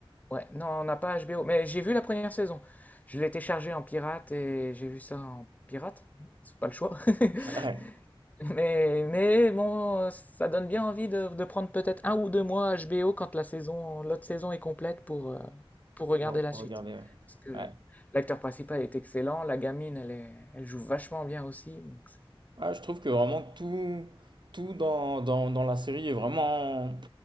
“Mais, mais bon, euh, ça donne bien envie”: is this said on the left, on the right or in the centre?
Left